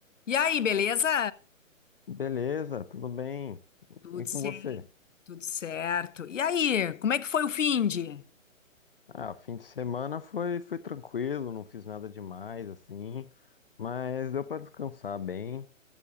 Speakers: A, on the left; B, on the left.
A: E aí, beleza?
B: Beleza, tudo bem.
A: Tudo
B: E com
A: certo,
B: você?
A: tudo certo. E aí, como é que foi o finde?
B: Ah, fim de semana foi, foi tranquilo, não fiz nada demais assim, mas deu para descansar bem.